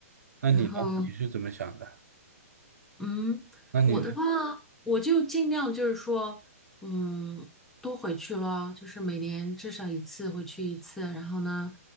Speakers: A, on the right (about 75°); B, in the centre.
A: 那你呢？
B: 然后，
A: 你是怎么想的？
B: 嗯，
A: 那你呢？
B: 我的话，我就尽量就是说，嗯，多回去咯，就是每年至少一次回去一次，然后呢，